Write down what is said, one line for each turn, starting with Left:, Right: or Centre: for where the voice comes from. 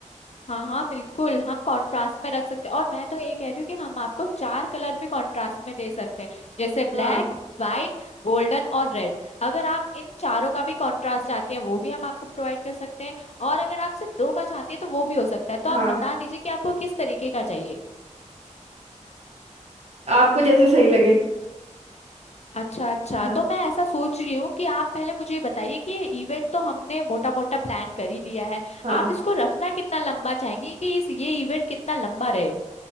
Left: हाँ हाँ बिल्कुल हम कंट्रास्ट में रख सकते हैं और मैं तो ये कह रही हूँ कि हम आपको चार कलर भी कंट्रास्ट में दे सकते हैं जैसे ब्लैक
Right: हाँ
Left: व्हाइट गोल्डन और रेड अगर आप इन चारों का भी कंट्रास्ट चाहते हैं वो भी हम आपको प्रोवाइड कर सकते हैं और अगर आप सिर्फ दो का चाहते हैं तो वो भी हो सकता है तो आप
Right: हाँ
Left: बता दीजिए कि आपको किस तरीके का चाहिए
Right: आपको जैसा सही लगे
Left: अच्छा अच्छा
Right: हाँ
Left: तो मैं ऐसा सोच रही हूँ कि आप पहले मुझे ये बताइए कि ये इवेंट तो हमने मोटा मोटा प्लान कर ही लिया है
Right: हाँ
Left: आप इसको रखना कितना लंबा चाहेंगी कि इस ये इवेंट कितना लंबा रहे